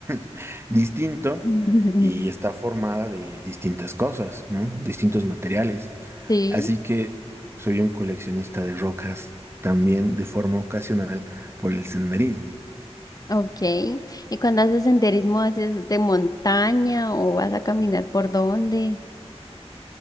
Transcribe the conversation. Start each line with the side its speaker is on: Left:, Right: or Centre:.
Right: <laughs> distinto
Left: Ujú.
Right: y está formada de distintas cosas, ¿no? Distintos materiales.
Left: Sí,
Right: Así que soy un coleccionista de rocas también de forma ocasional por el senderismo.
Left: Ok. ¿Y cuando haces senderismo, haces de montaña o vas a caminar por dónde?